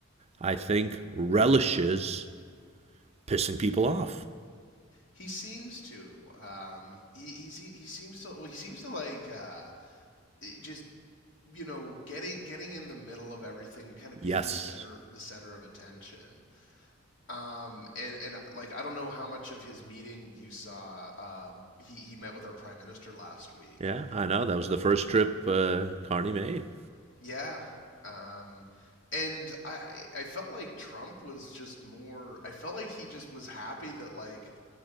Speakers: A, on the right (about 30°); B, on the left (about 65°).
A: I think relishes pissing people off.
B: he seems to. Um, he he se- he seems to. Well, he seems to like uh, just you know getting getting in the middle of everything and kind of
A: Yes.
B: being the center the center of attention Um, and and like I don't know how much of his meeting you saw. Uh, he he met with our prime minister last week.
A: Yeah, I know. That was the first trip uh, Carney made.
B: Yeah. Um, and I I felt like Trump was just more. I felt like he just was happy that like